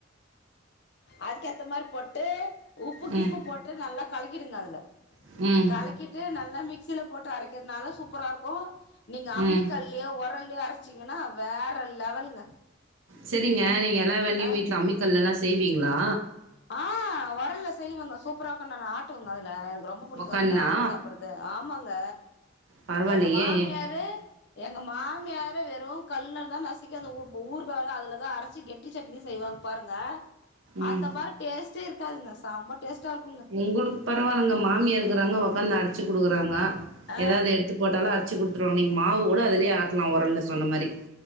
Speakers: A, on the left; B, on the right.
A: அதுக்கேத்த மாரி போட்டு உப்பு கிப்பு
B: ம்,
A: போட்டு நல்லா கலக்கிடுங்க அதுல
B: ம்,
A: கலக்கிட்டு நல்லா மிக் சில போட்டு அரைக்கிறனால சூப்பராருக்கும் நீங்க அம்மிக்கல்லியோ
B: ம்.
A: உரல் அரச்சிங்கனா வேற லெவலுங்க
B: சரிங்க நீங்க எல்லா வேலையும்
A: ஆ
B: வீட்ல அம்மிக்கல்லலா செய்வீங்களா
A: ஆஹ் உரல்ல செய்வங்க சூப்பரா கொண்டன ஆட்டுவங்க அதுல ரொம்ப புடிக்கும்
B: உக்கான்னா?
A: அதுல ஆட்டி சாப்பறது ஆமாங்க
B: பரவாயில்லையே!
A: ச எங்க மாமியாரு எங்க மாமியாரு வெறு கல்லதா நசுக்கி அந்த உ ஊருகா அதுலதா அரச்சி கெட் ட்டி சட்னி செய்வாங்க பாருங்க
B: ம்.
A: அந்த மாரி டேஸ்ட் ட்டே இருக்காதுங்க செமட் டேஸ்ட்டாருக்குங்க
B: உங்களுக்கு பரவால்லங்க மாமியார் இருக்குறாங்க ஒக் வந்து அரச்சு குடுக்குறாங்க
A: ஆ
B: எதாவது எடுத்து போட்டாலும் அரச்சு குடுத்துரு நீங் மாவு கூட அதுலயே ஆட்லா ஒரல்ல சொன்ன மாரி